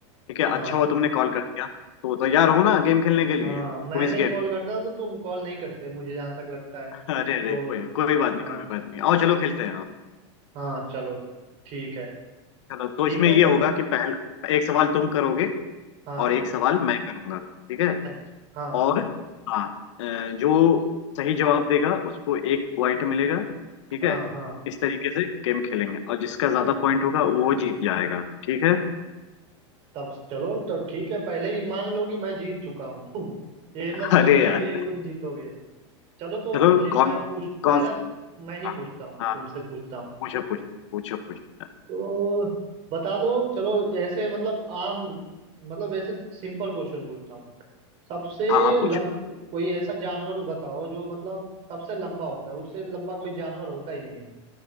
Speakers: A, on the left; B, on the right.
A: ठीक है
B: हाँ
A: अच्छा हुआ तुमने कॉल कर दिया तो तैयार हो ना गेम खेलने के लिए
B: हाँ
A: क्विज
B: मैं नहीं
A: गेम
B: कॉल करता तो तुम कॉल नहीं करते मुझे जहाँ तक लगता है
A: <laughs> अरे
B: तो
A: अरे कोई कोई बात
B: हाँ
A: नहीं कोई बात नहीं आओ चलो खेलते हैं आओ
B: हाँ चलो ठीक है
A: चलो तो
B: ठीक
A: इसमें
B: है
A: ये
B: तो
A: होगा कि पहला एक सवाल तुम करोगे
B: हाँ
A: और एक सवाल मैं करूंगा ठीक है
B: अच्छा हाँ
A: और हाँ अ, जो सही जवाब देगा उसको एक पॉइंट मिलेगा ठीक
B: हाँ
A: है
B: हाँ
A: इस तरीके से गेम खेलेंगे और जिसका ज्यादा पॉइंट होगा वो जीत जाएगा ठीक है
B: तब चलो तो ठीक है पहले ही मान लो कि मैं जीत चुका हूँ <laughs> ये
A: <laughs>
B: मत सोचना
A: अरे यार
B: कि तुम जीतोगे चलो तो
A: चलो
B: फिर
A: कौन
B: मैं पूछ पहला
A: कौन
B: मैं ही
A: हाँ
B: पूछता हूँ
A: हाँ
B: तुमसे पूछता हूँ
A: पूछो पूछो पूछो पूछो यार
B: तो बता दो चलो ऐसे मतलब आम मतलब ऐसे सिंपल क्वेश्चन पूछता हूँ सबसे
A: हाँ हाँ पूछो
B: लम कोई ऐसा जानवर बताओ जो मतलब सबसे लंबा होता है उससे लंबा कोई जानवर होता ही नहीं है